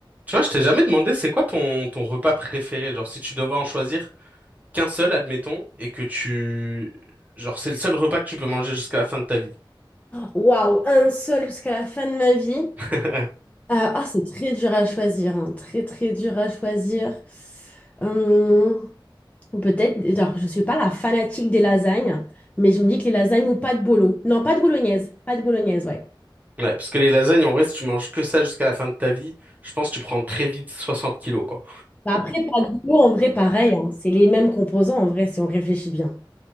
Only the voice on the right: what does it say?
Tu vois, je t'ai jamais demandé c'est quoi ton, ton repas préféré. Genre, si tu devais en choisir qu'un seul, admettons, et que tu... Genre, c'est le seul repas que tu peux manger jusqu'à la fin de ta vie.
<laughs>
Ouais, parce que les lasagnes, en vrai, si tu manges que ça jusqu'à la fin de ta vie, je pense que tu prends très vite 60 kilos, quoi.